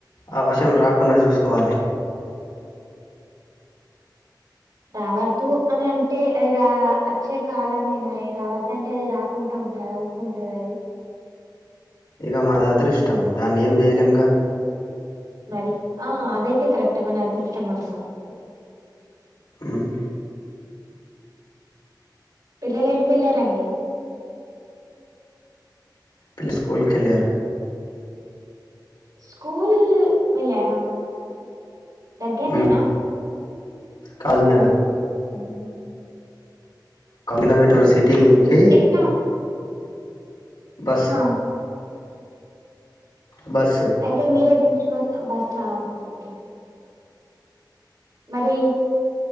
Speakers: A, on the left; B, on the right.
A: ఆ వర్షం రాకుండా చూసుకోవాలి
B: రావద్దు అనంటే అది రా వచ్చే కాలమేనా రావద్దంటే అది రాకుంటా ఉంటదా ఉంటదది
A: ఇగ మాదదృష్టం దాన్నేం చేయలేముగా
B: మరి ఆ అదైతే కరెక్ట్ మన అదృష్టమనుకోవాలి
A: ఉమ్
B: పిల్లలెటు వెళ్ళారండి
A: పిల్ స్కూల్కీళ్ళారు
B: స్కూల్ వెళ్ళారా దగ్గర్నేనా
A: ఉమ్, కాజీనగర్
B: ఊహు
A: <unintelligible> కిలోమీటర్ సిటీకి
B: ఎట్లా
A: బస్
B: ఆ!
A: బస్
B: అయితే మీరే దించుకొని బస్సా ఓకే ఓకే మరి